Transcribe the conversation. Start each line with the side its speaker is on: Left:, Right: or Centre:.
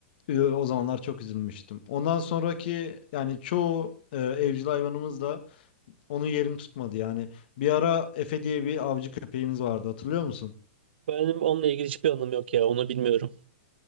Left: e, o zamanlar çok üzülmüştüm. Ondan sonraki yani çoğu e, evcil hayvanımız da onun yerini tutmadı yani. Bir ara Efe diye bir avcı köpeğimiz vardı hatırlıyor musun?
Right: Benim onunla ilgili hiçbir anlamı yok ya. Onu bilmiyorum.